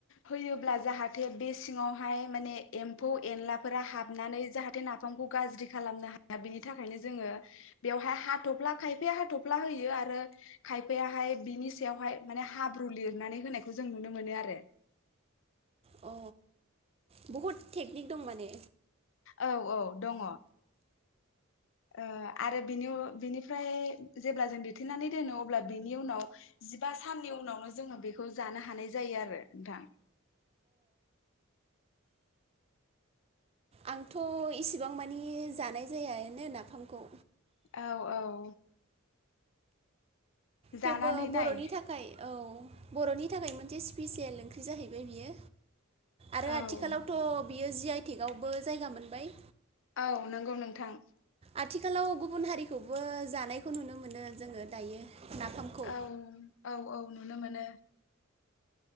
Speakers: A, on the left; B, on the right.
A: होयोब्ला जाहाथे बे सिङावहाय माने एम्फौ एनलाफोरा हाबनानै जाहाथे बे सिङावहाय माने एम्फौ एनलाफोरा हाबनानै नाफामखौ गाज्रि खालामनो हाया बिनि थाखायनो जोङो बेवहाय हाथ'फ्ला खायफाया हाथ'फ्ला होयो आरो खायफायाहाय बिनि सायावहाय माने हाब्रु लिरनानै होनायखौ जों नुनो मोनो आरो।
B: अ बहुद टेकनिक दं माने।
A: औ औ दङ ओ आरो बिनि बिनिफ्राय जेब्ला जों दिथेनानै दोनो अब्ला बिनि उनाव जिबा साननि उनावनो जोङो बेखौ जानो हानाय जायो आरो नोंथां।
B: आंथ' इसिबां मानि जानाय जायानो नाफामखौ।
A: औ औ जानानै
B: थेवबो बर'नि
A: नाय
B: थाखाय औ बर'नि थाखाय मोनसे स्पिेसियेल ओंख्रि जाहैबाय बियो। आरो
A: औ
B: आथिखालावथ' बियो जि आइ टेकावबो जायगा मोनबाय।
A: औ नंगौ नोंथां।
B: आथिखालाव गुबुन हारिखौबो जानायखौ नुनो मोनो जोङो दायो। नाफामखौ
A: औ औ औ नुनो मोनो।